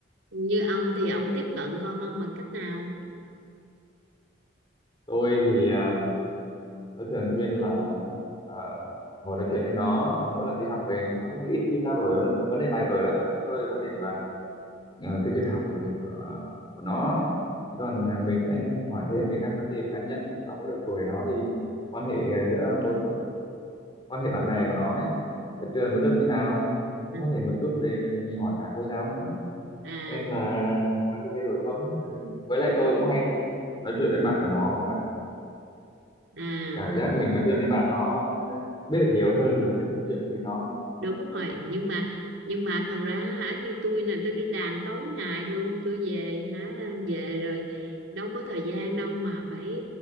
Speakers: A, on the right (about 80°); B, on the left (about 25°).
A: Như ông thì ông tiếp cận con ông bằng cách nào?
B: Tôi thì à, tôi thường xuyên là à, ngồi nói chuyện với nó, mỗi lần đi học về nó cũng ít khi trao đổi vấn vấn đề bài vở lắm. Thì tôi quan điểm là Ờ, cái việc học là việc ờ, của nó Thế còn ờ, mình sẽ hỏi thêm về các vấn đề cá nhân trong cái độ tuổi nó thì quan hệ ờ, giữa mối quan hệ bạn bè của nó ấy, giữa trường với lớp như nào cũng
A: À,
B: có thể một chút về mình hỏi cả cô giáo nữa
A: à.
B: xem là có gì thay đổi không ừ. với lại tôi cũng hay đi nói chuyện với bạn của nó mà
A: à.
B: cảm giác mình nói chuyện với bạn nó ờ, biết được nhiều hơn là việc nói chuyện với nó
A: đúng rồi nhưng mà nhưng mà thật ra hả như tôi nè tôi đi làm tối ngày luôn tôi về hả về rồi đâu có thời gian đâu mà phải